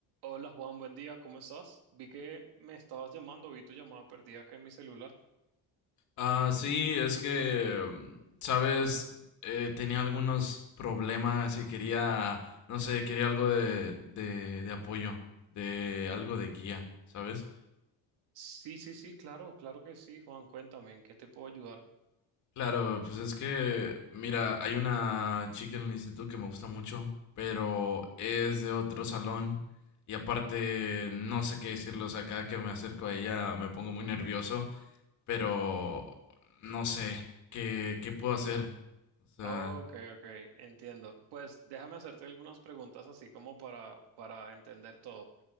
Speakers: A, on the right; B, on the left.
A: Hola Juan, buen día, ¿cómo estás? Vi que me estabas llamando, vi tu llamada perdida acá en mi celular.
B: Ah, sí, es que, mm, sabes, Eh, tenía algunos problemas y quería, no sé, quería algo de, de, de apoyo, de algo de guía, ¿sabes?
A: Sí, sí, sí, claro, claro que sí, Juan, cuéntame, ¿en qué te puedo ayudar?
B: Claro, pues es que, mira, hay una chica en el instituto que me gusta mucho, pero es de otro salón y aparte no sé qué decirle, o sea, cada que me acerco a ella me pongo muy nervioso, pero no sé qué, qué puedo hacer, o sea...
A: Ok, ok, entiendo. Pues déjame hacerte algunas preguntas así como para, para entender todo.